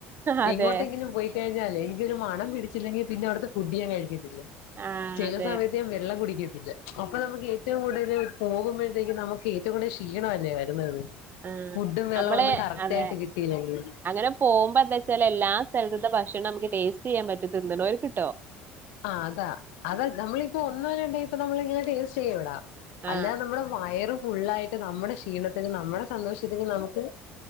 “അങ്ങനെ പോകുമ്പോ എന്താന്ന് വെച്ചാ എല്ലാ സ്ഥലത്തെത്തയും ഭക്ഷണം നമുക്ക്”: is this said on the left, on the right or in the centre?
Right